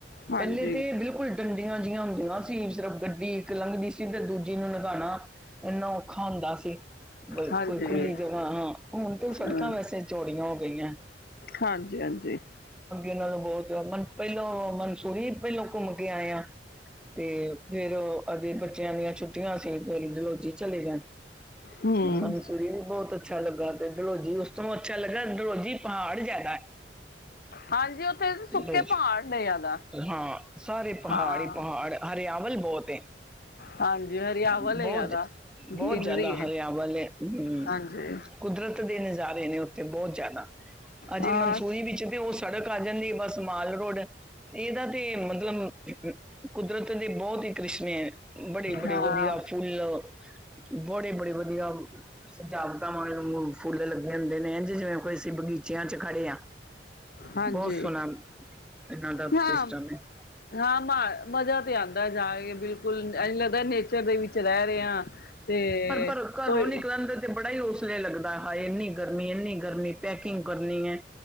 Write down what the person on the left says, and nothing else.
ਹਾਂਜੀ
ਹਾਂਜੀ
ਹਾਂ
ਹਾਂਜੀ ਹਾਂਜੀ
ਹੂੰ
ਹਾਂਜੀ ਉੱਥੇ ਸੁੱਕੇ
ਪਹਾੜ ਨੇ ਜ਼ਿਆਦਾ
ਹਾਂ
ਹਾਂਜੀ ਹਰਿਆਵਲ
ਹੈ ਜ਼ਿਆਦਾ
ਗ੍ਰੀਨਰੀ
ਹੈ
ਹਾਂਜੀ
ਹਾਂ
ਹਾਂ
ਹਾਂਜੀ
ਹਾਂ
ਹਾਂ ਮ ਮਜ਼ਾ ਤੇ ਆਉਂਦਾ ਜਾਏ ਬਿਲਕੁਲ ਐਈਂ ਲਗਦਾ ਹੇ <unintelligible> ਚ ਰਹਿ ਰਹਿਆ ਤੇ
ਕੋਈ